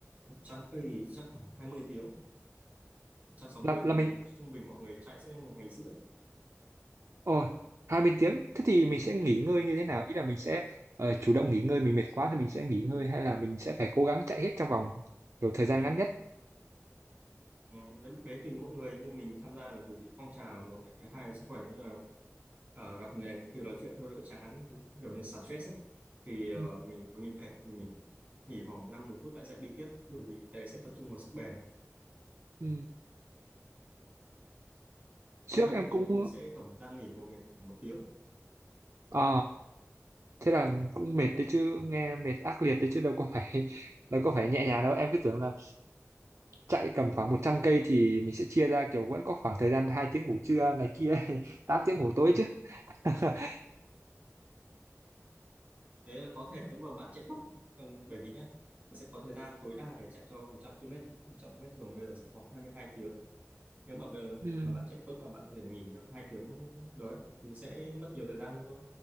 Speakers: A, on the right; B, on the right.
A: 100 cây thì chắc khoảng 20 tiếng một trăm sáu mươi
B: là
A: thì
B: là mình
A: mình thấy trung bình mọi người chạy sẽ một ngày rưỡi
B: ồ hai mươi tiếng thế thì mình sẽ nghỉ ngơi như thế nào ý là mình sẽ ờ, chủ động nghỉ ngơi mình mệt quá thì mình sẽ nghỉ ngơi hay là mình sẽ phải cố gắng chạy hết trong vòng kiểu thời gian ngắn nhất
A: Ừ, đấy tùy mỗi người nhưng mình tham gia được bởi vì phong trào là một này cái hai là sức khỏe cũng là ờ, gặp người này kêu nói chuyện thôi đỡ chán kiểu như xả stress ấy thì ờ,
B: ừ.
A: mình nghỉ mệt mình nghỉ, nghỉ khoảng năm mười phút lại dậy đi tiếp bởi vì cái đấy sẽ tập trung vào sức bền
B: ừ. trước
A: sau 20
B: em cũng
A: tiếng thì sẽ tổng thời gian nghỉ của mình khoảng một tiếng
B: ờ thế là cũng mệt đấy chứ nghe mệt ác liệt đấy chứ đâu có phải <laughs> đâu có phải nhẹ nhàng đâu em cứ tưởng là chạy cầm khoảng 100 cây thì mình sẽ chia ra kiểu vẫn có khoảng thời gian 2 tiếng ngủ trưa này kia <laughs> 8 tiếng ngủ tối chứ <laughs>
A: thế là có thể nếu mà bạn chạy tốc ừ, bởi vì nhá nó sẽ có thời gian tối đa để chạy cho 100 km 100 mét một trăm ki lô mét thường bây giờ sẽ khoảng 22 tiếng nếu mà bờ-
B: Ừ.
A: mà bạn chạy tốt mà bạn có thể nghỉ được hai tiếng được thì sẽ mất nhiều thời gian hơn thôi